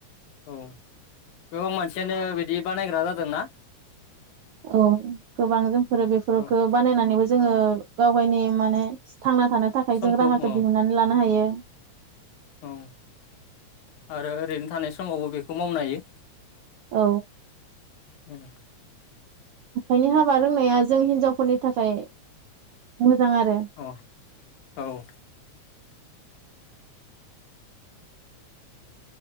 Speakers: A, on the left; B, on the right.
A: औ गोबां मानसियानो बिदि बानायग्रा जादोंना।
B: औ गोबां जोंफोरो बेफोरफोरखौ
A: औ
B: बानायनानैबो जोङो गाव गावनि माने थांना थानो थाखाय
A: समखौ
B: जों राहाखौ
A: औ
B: दिहुनन्नानै लानो हायो।
A: औ आरो ओरैनो थानाय समावबो बेखौ मावनो हायो।
B: औ।
A: उम
B: आखाइनि हाबा रोंनाया जों हिनजावफोरनि थाखाय मोजां। आरो
A: अ औ